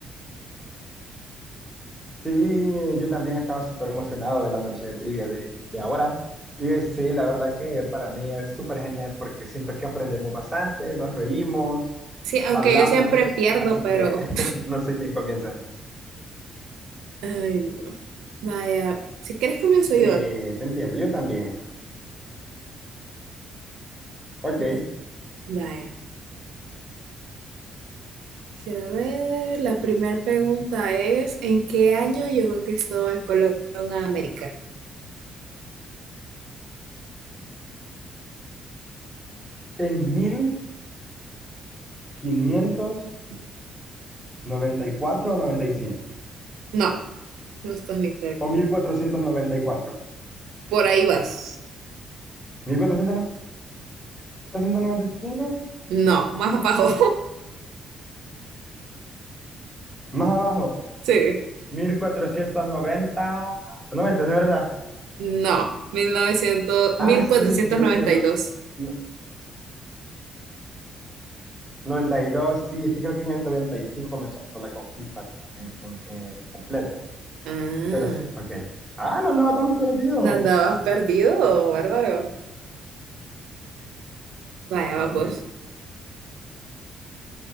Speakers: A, in the centre; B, on the right (about 90°).
A: Sí, yo también estaba súper emocionado de la noche de trivia de, de ahora. Y eh, sí, la verdad que para mí es súper genial porque siento que aprendemos bastante, nos reímos,
B: Sí, aunque
A: hablamos,
B: yo siempre pierdo,
A: así
B: pero...
A: que <laughs> no sé quién comienza.
B: <laughs> Ay, no. Vaya, si quieres comienzo
A: Sí,
B: yo.
A: te entiendo, yo también. Ok,
B: No, Vaya, quiero ver, la primera pregunta es, ¿en qué año llegó Cristóbal Colón a América?
A: en mil quinientos noventa y cuatro o noventa y cinco
B: No, no estás ni cerca.
A: o mil mil cuatrocientos cuatrocientos noventa y cuatro,
B: Por ahí vas.
A: mil cuatrocientos noventa y cinco,
B: No, más abajo.
A: más abajo.
B: <laughs> Sí.
A: mil cuatrocientos noventa 90 de verdad.
B: No, Mil mil novecientos
A: Ah,
B: mil
A: sí,
B: cuatrocientos
A: es que creo
B: noventa
A: que en el no-
B: y dos.
A: no- 92 sí, es que creo que en el 95 comenzó la conquista en- en- eh, completa.
B: Ah,
A: Pero sí, ok. Ah, no andaba tan perdido.
B: ¿No andabas perdido, bárbaro? vaya,
A: Obvio.
B: vamos.